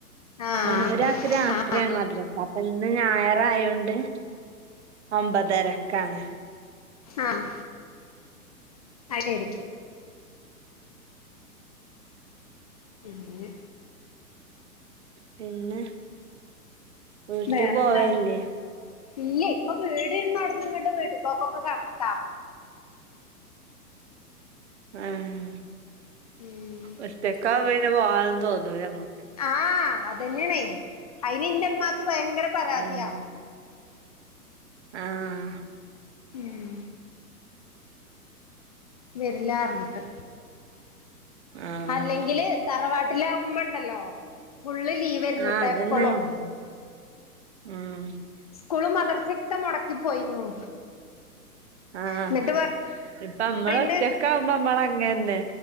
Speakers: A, on the left (about 25°); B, on the right (about 45°).
A: ആ
B: ഓന് ഒരാക്ക് രാ
A: ആ
B: ത്രിയാണ് മദ്രസ അപ്പൊ ഇന്ന് ഞായർ ആയോണ്ട് ഒമ്പതരക്കാണ്
A: ആഹ് അയ് ശരി പിന്നെ
B: പിന്നെ വീട്ട്
A: വേറെന്താ
B: പോവല്ലേ
A: ഇല്ലെ ഇപ്പൊ വീട് ഇരുന്നോടത്ത്ന്നിങ്ങട്ട് വീട്ടുകോക്കൊക്കെ കണക്കാ
B: ആഹ്
A: ഉം
B: ഒറ്റക്കാ പിന്നെ പോവാനും തോന്നുല മ്മക്ക്
A: ആഹ് അതന്നെണേ അയിനിന്റുമ്മാക്ക് ഭയങ്കര പരാതിയാ
B: ഉം ആഹ്
A: ഉം വെര്ല്ലാർഞ്ഞിട്ട്
B: ആഹ്
A: അല്ലെങ്കില് തറവാട്ടിലാവുമ്പോണ്ടല്ലോ ഫുള്ള് ലീ വരുന്നുട്ട
B: ആഹ് അതന്നെ
A: എപ്പളും
B: ഉം
A: സ്കൂളും മദ്രസൊക്കെ മൊടക്കി പോയിരുന്നു
B: ആഹ്
A: എന്നിട്ട്
B: ഇപ്പ
A: പറയണ്ട്
B: മ്മളൊറ്റക്കാവുമ്പോ മ്മളങ്ങന്നെ